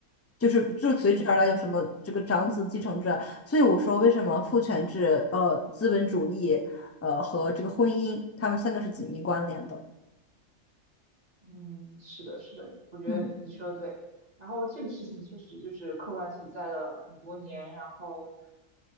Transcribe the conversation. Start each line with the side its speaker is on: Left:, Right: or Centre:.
Left: 就是就随之而来有什么这个长子继承制啊，
Right: 嗯
Left: 所以我说为什么父权制、呃资本主义、呃和这个婚姻，他们三个是紧密关联的。
Right: 嗯，是的，是的，我觉得你说的对。
Left: 嗯，
Right: 然后这个事情确实就是客观存在了很多年，然后